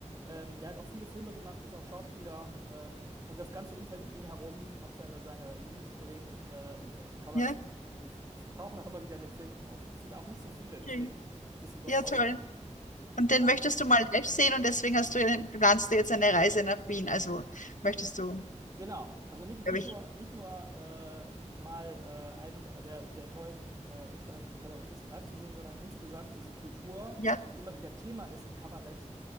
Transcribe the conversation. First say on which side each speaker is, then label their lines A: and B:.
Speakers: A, on the right; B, on the left.
A: Ähm, der hat auch viele Filme gemacht, ist auch Schauspieler ähm, und das ganze Umfeld um ihn herum, auch seine, seine Lieblingskollegen äh, aus dem Kabarett,
B: ja,
A: die f- tauchen auch immer wieder in den Filmen auf. Es sind auch nicht so viele, deswegen
B: schön.
A: ist es überschaubar.
B: Ja, toll. Und
A: Genau.
B: den möchtest du mal live sehen und deswegen hast du, eine- planst du jetzt eine Reise nach Wien. Also möchtest du,
A: Genau. Also nicht,
B: glaube
A: nicht
B: ich,
A: nur, nicht nur äh, mal äh, einen der, der tollen äh, österreichischen Kabarettisten live zu sehen, sondern insgesamt diese Kultur,
B: ja.
A: die immer wieder Thema ist im Kabarett,